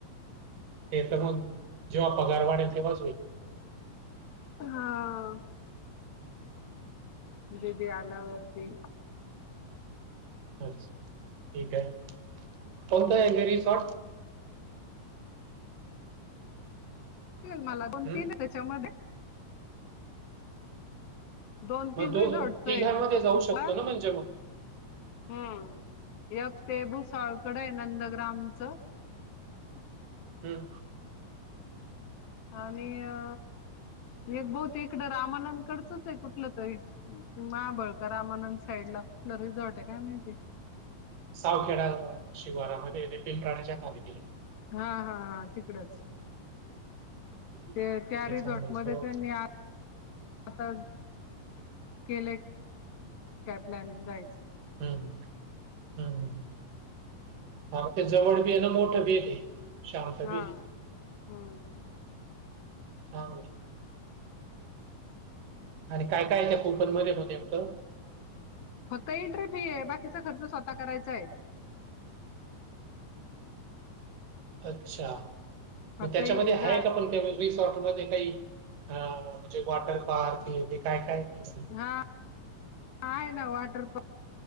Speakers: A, on the right; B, on the left.
A: ते तर मग जेव्हा पगार वाढल तेेव्हा
B: <inaudible> हाआ जे ते आलं पीक
A: अचछ ठीक आहे, कोन्तय <unintelligible> रिसॉर्ट?
B: मला दोन
A: हं
B: तीन त्याच्यामधे दोन
A: मग
B: तीन
A: दोन
B: रीझोर्डचंय
A: तिघांमध्ये
B: म्हणलं
A: जाऊ
B: कूपन.
A: शकतो ना म्हणजे मग?
B: हम्म. यक ते भूसावळकडंए नंदग्रामचं
A: हम्
B: आनि अ एक बऊते इकडं रामानंनकडचंचए कुठलं तरी. माबळकर रामानंद साईडला. कुठलं रिझर्टय काय माइती?
A: सावखेडा शिवारामध्ये <unintelligible>
B: हा हा हा तिकडंच
A: हम्म.
B: ते त्या
A: ते
B: रिझॉर्ट
A: चांगलं सोड.
B: मधे त्यांनी आत आता केलंय. काय प्लॅनिंग जायचंय.
A: हम हम् औटे <unintelligible> बी शांत
B: हा.
A: बी आहे.
B: हम्
A: <inaudible> आणि काय काय त्या कूपनमधे मग नेमकं?
B: फक्त एंट्री फीहे. बाकीचा खर्च स्वतः करायचाय.
A: अच्छा,
B: फक्त
A: मग त्याच्यामधे
B: इ- जा-
A: हाय का पण तेब <unintelligible> सॉट मधे कााई आ मन्जे वॉटन पार्क हे ते काय कायए?
B: हा आहे ना वॉटर प्